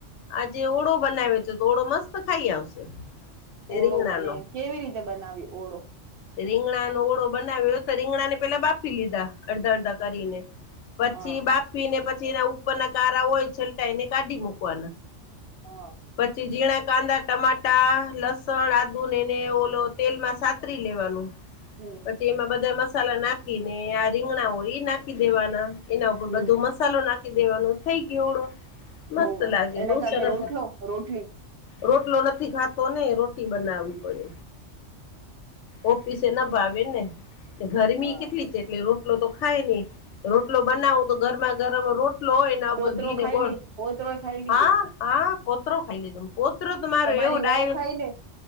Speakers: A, on the left; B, on the right.
A: આજે ઓળો બનાવેયો હતો તો ઓડો મસ્ત ખાઈ આવશે.
B: ઓળો
A: રીંગણાનો
B: મને કેવી રીતે બનાવ્યું ઓળો
A: રીંગણાનો ઓળો બનાવ્યો તો રીંગણા ને પેલા બાફી લીધા અડધા અડધા કરીને પછી
B: હા
A: બાફીને પછી એના ઉપરના કારા હોય છેલટા એને કાઢી મૂકવાના
B: હા
A: પછી ઝીણા કાંદા ટમાટા લસણ આદુ ને એને ઓલો તેલમાં સા ત્રી લેવાનું
B: હમ
A: પછી એમાં બધા મસાલા નાખી ને આ રીંગણા હોય ઈ નાખી દેવાના એના ઉપર
B: હમ
A: બધો મસાલો નાખી દેવાનો થઈ ગયો ઓડો મસ્ત
B: બહુ
A: લાગે
B: એના
A: બઉ
B: સાથે
A: સરસ
B: રોટલો રોટલી
A: રોટલો નથી ખાતો ને રોટી બનાવી પડે. ઓફીસે ના ભાવે ને ગરમી
B: હા
A: કેટલી છે. એટલે રોટલો તો ખાયે ની રોટલો બનાવું તો ગરમાં ગરમ રોટલો હોય. ઉપર
B: પોતરો
A: ઘી ને
B: ખાઈ
A: ગોળ
B: લે પોતરો ખાઈ લીધું
A: હા હા, પોતરો ખાઈ લે તમ પોતરો તો મારો
B: તમારી
A: એવો ડાયો
B: વહુ ખાઈ લે